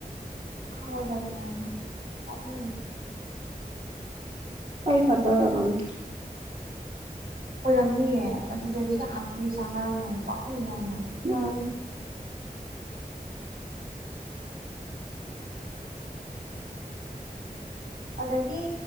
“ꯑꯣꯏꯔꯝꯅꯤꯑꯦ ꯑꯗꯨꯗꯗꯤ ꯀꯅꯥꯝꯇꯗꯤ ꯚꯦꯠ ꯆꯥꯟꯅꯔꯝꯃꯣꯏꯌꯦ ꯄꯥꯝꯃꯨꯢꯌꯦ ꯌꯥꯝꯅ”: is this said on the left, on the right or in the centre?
Right